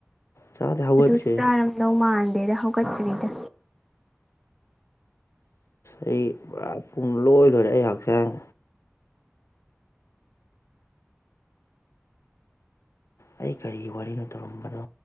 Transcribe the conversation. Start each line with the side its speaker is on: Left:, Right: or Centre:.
Left: ꯆꯥꯛꯗꯤ ꯍꯧꯒꯠꯇ꯭ꯔꯤ
Centre: ꯑꯗꯨꯁꯨ ꯆꯥꯔ ꯂꯃꯥꯟꯗꯦꯗꯍꯣ ꯀꯆꯔꯤꯗ
Left: ꯑꯩ ꯄꯨꯔꯥ ꯄꯨꯡ ꯂꯣꯏ ꯂꯣꯏꯔꯦ ꯑꯩ ꯍꯛꯆꯥꯡ ꯑꯩ ꯀꯔꯤꯒꯤ ꯋꯥꯔꯤꯅꯣ ꯇꯧꯔꯝꯕꯗꯣ